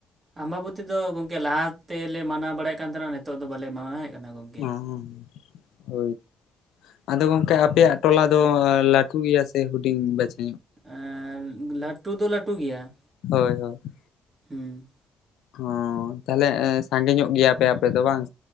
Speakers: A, on the right; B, on the left.
A: ᱟᱸᱵᱟᱵᱚᱛᱤ ᱫᱚ ᱜᱚᱝᱠᱮ ᱞᱟᱦᱟ ᱛᱮᱞᱮ ᱢᱟᱱᱟᱣ ᱵᱟᱲᱟᱭᱮᱫ ᱠᱟᱱ ᱛᱟᱸᱦᱮᱱᱟ ᱱᱤᱛᱚᱜ ᱫᱚ ᱵᱟᱞᱮ ᱢᱟᱱᱟᱣᱮᱫ ᱠᱟᱱᱟ ᱜᱚᱢᱠᱮ
B: ᱦᱚᱸ ᱦᱚᱸ ᱦᱳᱭ ᱾ ᱟᱫᱚ ᱜᱚᱢᱠᱮ ᱟᱯᱮᱭᱟᱜ ᱴᱚᱞᱟ ᱫᱚ ᱞᱟᱹᱴᱷᱩ ᱜᱮᱭᱟ ᱥᱮ ᱦᱩᱰᱤᱧ <unintelligible>
A: ᱮᱸ ᱞᱟᱹᱴᱷᱩ ᱫᱚ ᱞᱟᱹᱴᱷᱩ ᱜᱮᱭᱟ ᱾
B: ᱦᱳᱭ ᱦᱳᱭ ᱾
A: ᱦᱩᱸ
B: ᱦᱸ ᱛᱟᱦᱚᱞᱮ ᱥᱟᱸᱜᱮ ᱧᱚᱜ ᱜᱮᱭᱟᱯᱮ ᱟᱯᱮ ᱫᱚ ᱵᱟᱝ